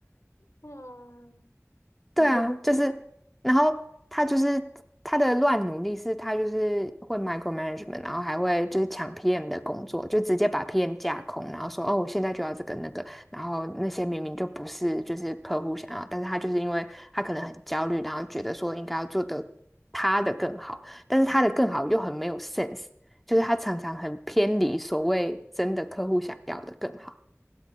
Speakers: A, on the left; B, in the centre.
A: 哇，<laughs>
B: 对啊，
A: 哇，
B: 就是，
A: <laughs>
B: 然后他就是他的乱努力是，他就是会 micromanagement，然后还会就是抢 PM 的工作，就直接把 PM 架空，然后说哦，我现在就要这个那个，然后那些明明就不是就是客户想要，但是他就是因为他可能很焦虑，然后觉得说应该要做得他的更好，但是他的更好又很没有 sense，就是他常常很偏离所谓真的客户想要的更好。